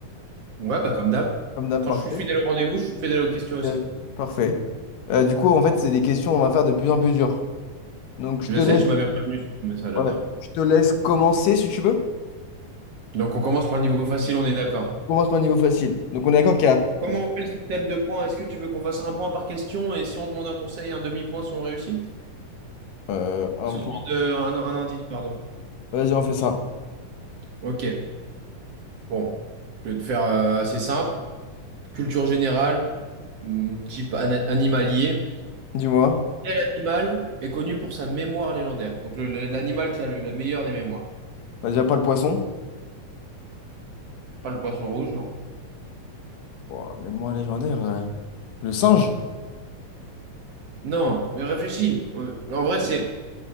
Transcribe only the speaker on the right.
ouais, bah comme d'hab.
Quand
je suis fidèle au rendez-vous, je suis fidèle aux questions aussi.
Je
sais,
tu m'avais prévenu sur le message la
dernière fois.
Donc on commence par le niveau facile, on est d'accord.
Comment on fait le système de points? Est-ce que tu veux qu'on fasse un point par question et si on demande un conseil, un demi-point si on réussit?
Si on
demande euh, un, un indice, pardon.
Ok, bon. Je vais te faire euh, assez simple. Culture générale, hum, type ana- animalier.
Quel animal est connu pour sa mémoire légendaire? Donc le- le- l'animal qui a le- la meilleure des mémoires.
Pas le poisson rouge, non?
Non, mais réfléchis. Euh, En vrai, c'est...